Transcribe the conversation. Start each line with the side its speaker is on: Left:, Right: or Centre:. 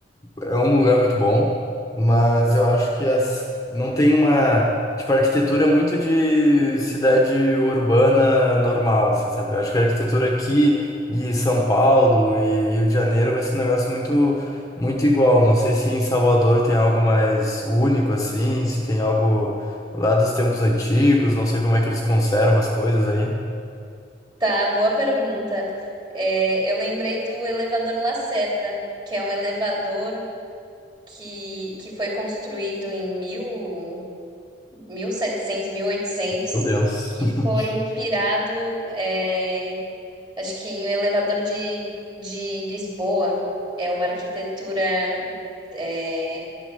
Left: é um lugar muito bom, mas eu acho que as... não tem uma, tipo, a arquitetura é muito de cidade urbana normal, assim, sabe? Eu acho que a arquitetura aqui e São Paulo e Rio de Janeiro vai ser um negócio muito, muito igual. Não sei se em Salvador tem algo mais único, assim, se tem algo lá dos tempos antigos, não sei como é que eles conservam as coisas aí.
Right: Tá, boa pergunta. É, eu lembrei do elevador Lacerda, que é um elevador que, que foi construído em mil, 1700, oitocentos,
Left: Meu Deus.
Right: que
Left: <laughs>
Right: foi inspirado, é, acho que em um elevador de, de Lisboa. É uma arquitetura, é,